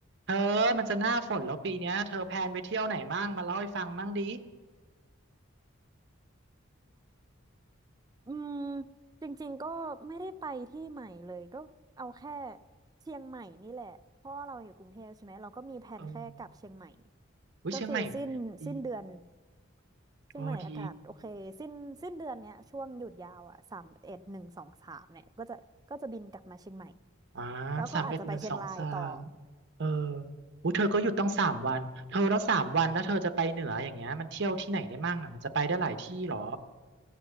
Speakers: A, on the right; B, on the right.
A: เธอมันจะหน้าฝนแล้วปีเนี้ยเธอแพลนไปเที่ยวไหนบ้างมาเล่าให้ฟังบ้างดิ
B: อืมจริงๆก็ไม่ได้ไปที่ใหม่เลยก็เอาแค่เชียงใหม่นี่แหละเพราะว่าเราอยู่กรุงเทพใช่ไหมเราก็มีแผนแค่กลับเชียงใหม่
A: เอออุ้ยเชียงใหม่
B: ก็คือสิ้นสิ้นเดือน
A: ดี
B: เชียงใหม่อากาศโอเคสิ้นสิ้นเดือนเนี้ยช่วงหยุดยาวอ่ะสามเอ็ดหนึ่งสองสามเนี่ยก็จะก็จะบินกลับมาเชียงใหม่
A: โอ้ดีอ่า
B: แล้วก็อาจจะไปเชียงรายต่อ
A: สามเอ็ดหนึ่งสองสามเอออุ้ยเธอก็หยุดต้องสามวันเธอแล้วสามวันแล้วเธอจะไปเหนืออย่างเงี้ยมันเที่ยวที่ไหนได้มั่งอ่ะมันจะไปได้หลายที่เหรอ